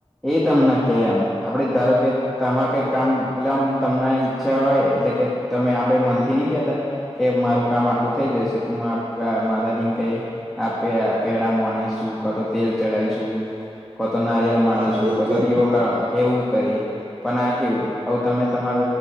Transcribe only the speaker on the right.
હા એ
જેમ